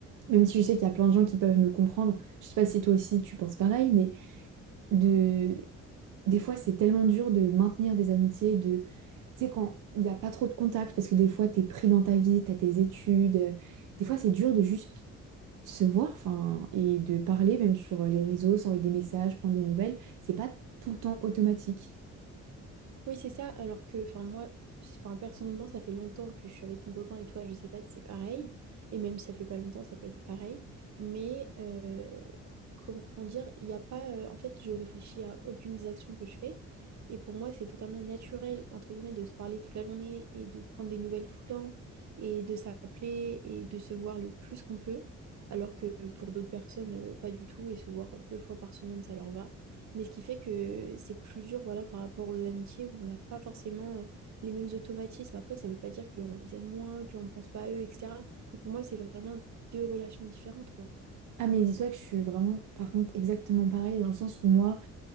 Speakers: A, on the right; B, on the right.
A: même si je sais qu'il y a plein de gens qui peuvent me comprendre. Je sais pas si toi aussi tu penses pareil, mais de des fois c'est tellement dur de maintenir des amitiés de tu sais quand il n'y a pas trop de contacts parce que des fois t'es pris dans ta vie t'as tes études euh, des fois c'est dur de juste se voir enfin et de parler même sur les réseaux s'envoyer des messages prendre des nouvelles c'est pas tout le temps automatique
B: Oui, c'est ça. Alors que, enfin, moi, s- enfin, personnellement, ça fait longtemps que je suis avec mon copain et toi, je sais pas si c'est pareil. Et même si ça fait pas longtemps, ça peut être pareil. Mais, euh, comment dire, il n'y a pas. euh, en fait, je réfléchis à aucune des actions que je fais. Et pour moi, c'est totalement naturel, entre guillemets, de se parler toute la journée et de prendre des nouvelles tout le temps et de s'appeler et de se voir le plus qu'on peut. Alors que pour d'autres personnes, euh, pas du tout. Et se voir deux fois par semaine, ça leur va mais ce qui fait que c'est plus dur, voilà, par rapport aux amitiés où on n'a pas forcément euh, les mêmes automatismes. Après, ça ne veut pas dire qu'on les aime moins, qu'on ne pense pas à eux, etc. Mais pour moi, c'est vraiment deux relations différentes, quoi.
A: ah mais dis-toi que je suis vraiment par contre exactement pareil dans le sens où moi